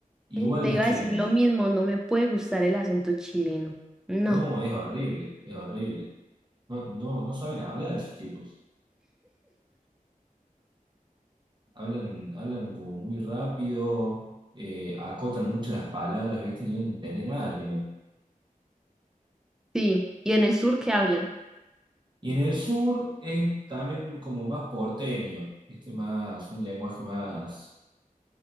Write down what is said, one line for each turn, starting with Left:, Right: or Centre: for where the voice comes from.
Right: Igual
Centre: Y Te
Right: los
Centre: iba
Right: chilenos.
Centre: a decir lo mismo, no me puede gustar el acento chileno. No,
Right: No, es horrible, es horrible. No, no, no saben hablar esos tipos. Hablan, hablan como muy rápido, eh, acotan mucho las palabras, ¿viste? No entendés nada al final.
Centre: sí, y en el sur que hablan.
Right: Y en el sur es también como más porteño, ¿viste? Más, un lenguaje más,